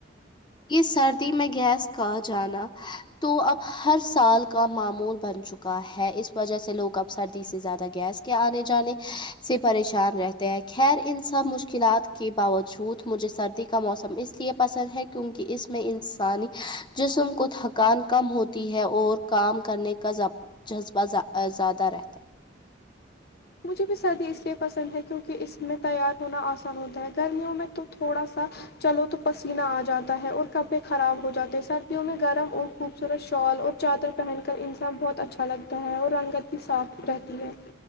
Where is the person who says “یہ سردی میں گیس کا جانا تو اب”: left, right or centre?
Left